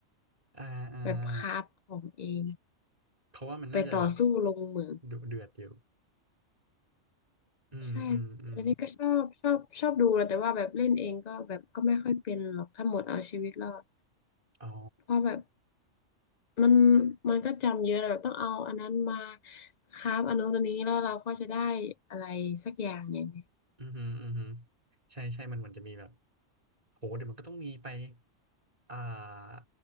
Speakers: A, on the right; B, on the left.
A: อ่าอ่าอ่า
B: แบบคราฟของเอง
A: เพราะว่ามันน่าจะแบบ
B: ไปต่อสู้ลงมือ
A: ดุเดือดอยู่อืมอืมอืม
B: ใช่แต่นี่ก็ชอบชอบชอบดูนะแต่ว่าแบบเล่นเองก็แบบก็ไม่ค่อยเป็นหรอกถ้าหมดเอาชีวิตรอด
A: อ๋อ
B: เพราะแบบมันมันก็จำเยอะแบบต้องเอาอันนั้นมาคราฟอันนู้นอันนี้แล้วเราก็จะได้อะไรสักอย่างหนึ่ง
A: อือหืออือหือใช่ใช่มันเหมือนจะมีแบบโหเดี๋ยวมันก็ต้องมีไป อ่า